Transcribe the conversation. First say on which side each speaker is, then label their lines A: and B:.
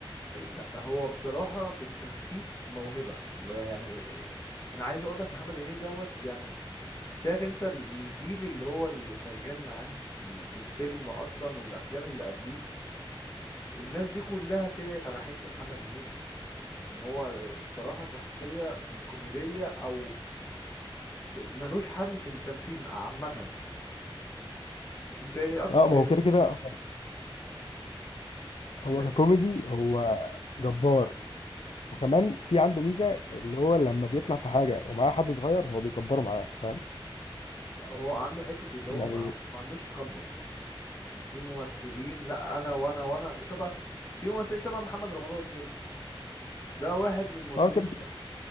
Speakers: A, on the left (about 30°); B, on the left (about 80°).
A: اي لا هو بصراحة في التمثيل موهبة يعني انا عايز اقول لك محمد هنيدي دوت يعني شايف انت الجيل اللي هو اللي شغال معاه في ال- في الفيلم اصلا والافلام اللي قبليه الناس دي كلها طلعت على حس محمد هنيدي ان هو بصراحة شخصية في الكوميدية او ملوش حل في التمثيل عامة انت ايه اكتر
B: لا
A: إيه
B: ما هو كده كده هو
A: كده
B: هو
A: كده
B: ككوميدي هو جبار وكمان
A: مم.
B: في عنده ميزة اللي هو لما بيطلع في حاجة ومعاه حد صغير هو بيكبره معاه فاهم
A: لا هو عنده حتة اللي
B: يعني
A: هو ما, عن- ما عندوش تكبر يعني في ممثلين لا انا وانا وانا شبه في ممثلين شبه محمد رمضان كده ده واحد من الممثلين
B: اه كده
A: مثلا